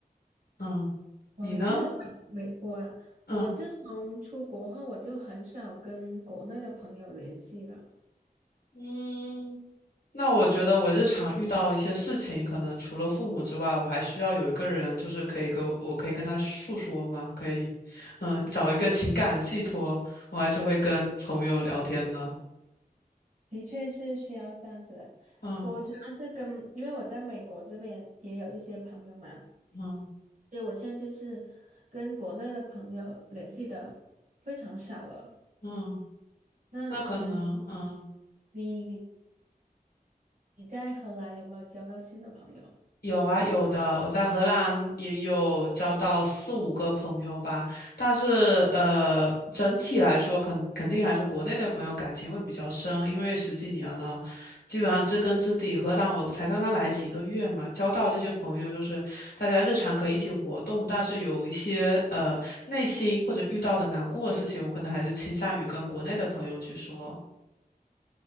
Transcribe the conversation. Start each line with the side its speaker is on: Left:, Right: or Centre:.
Left: 嗯，
Right: 哇，
Left: 你呢？
Right: 就是没没我啊，
Left: 嗯
Right: 我自从出国后，我就很少跟国内的朋友联系了。
Left: 嗯，那我觉得我日常遇到一些事情，可能除了父母之外，我还需要有一个人，就是可以跟我，我可以跟他诉说嘛，可以，嗯，找一个情感寄托，我还是会跟朋友聊天的。
Right: 的确是需要这样子的。
Left: 嗯
Right: 我主要是跟，因为我在美国这边也有一些朋友嘛，
Left: 嗯。
Right: 对，我现在就是跟国内的朋友联系的非常少了。
Left: 嗯，
Right: 那嗯，
Left: 那可能，嗯，
Right: 你你你在荷兰有没有交到新的朋友？
Left: 有啊，有的。我在荷兰也有交到四五个朋友吧，但是呃，整体来说，肯肯定还是国内的朋友感情会比较深，因为十几年了，基本上知根知底。荷兰我才刚刚来几个月嘛，交到这些朋友，就是大家日常可以一起活动，但是有一些呃内心或者遇到的难过的事情，我可能还是倾向于跟国内的朋友去说。